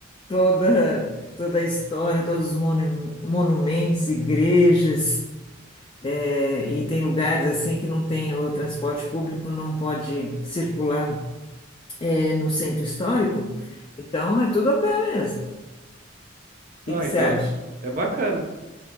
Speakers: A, on the left; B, on the right.
A: toda, toda a história, todos os monu- monumentos, igrejas. É, e tem lugares assim que não tem o transporte público, não pode circular é, no centro histórico. Então é tudo a pé mesmo. O
B: Ah,
A: que que
B: então
A: você acha?
B: é, é bacana.